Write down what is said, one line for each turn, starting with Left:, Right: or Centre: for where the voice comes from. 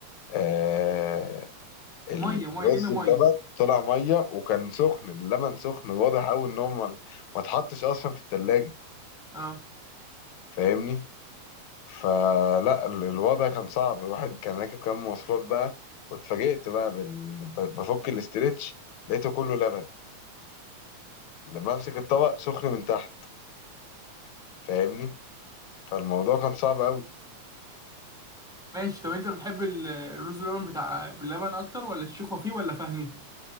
Left: آه ال-
Centre: مية مية
Left: الرز
Centre: كده مية
Left: بلبن طلع ميه وكان سخن اللبن سخن واضح قوي ان هو ما ما اتحطش اصلا في التلاجة
Centre: اه
Left: فاهمني فلا ال- الوضع كان صعب الواحد كان راكب كام مواصلات بقى واتفاجئت بقى بال... ب- بفك الاسترتش لقيته كله لبن لما امسك الطبق سخن من تحت فاهمني فالموضوع كان صعب قوي
Centre: ماشي طب انت بتحب ال- الرز باللبن بتاع باللبن اكتر ولا الشيخ وفيه ولا فهمي